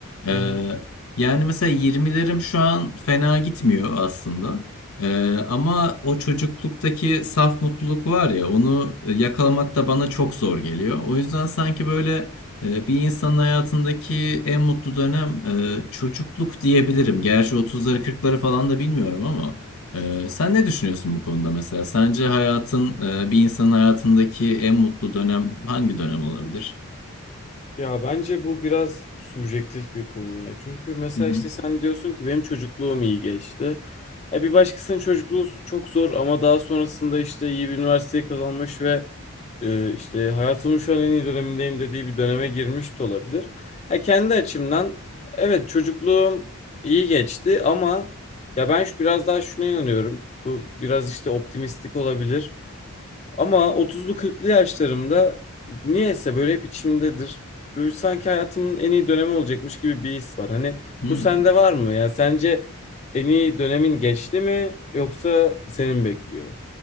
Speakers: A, on the left; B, on the left.
A: Ee,
B: hı hı.
A: yani mesela 20'lerim şu an fena gitmiyor aslında. Ee, ama o çocukluktaki saf mutluluk var ya onu yakalamak da bana çok zor geliyor. O yüzden sanki böyle ee, Bir insanın hayatındaki en mutlu dönem e, çocukluk diyebilirim. Gerçi otuzları kırkları falan da bilmiyorum ama e, sen ne düşünüyorsun bu konuda mesela? Sence hayatın e, bir insanın hayatındaki en mutlu dönem hangi dönem olabilir?
B: Ya bence bu biraz subjektif bir konu ya. Çünkü mesela
A: Hı hı.
B: işte sen diyorsun ki benim çocukluğum iyi geçti. E bir başkasının çocukluğu çok zor ama daha sonrasında işte iyi bir üniversiteyi kazanmış ve e, işte hayatımın şu an en iyi dönemindeyim dediği bir döneme girmiş de olabilir. Ha kendi açımdan evet çocukluğum iyi geçti ama ya ben şu- biraz daha şuna inanıyorum. Bu biraz işte optimistik olabilir. Ama 30'lu 40'lı yaşlarımda niyeyse böyle hep içimdedir. Böyle sanki hayatımın en iyi dönemi olacakmış gibi bir his var. Hani
A: Hı.
B: bu sende var mı? Yani sence en iyi dönemin geçti mi yoksa senin bekliyor?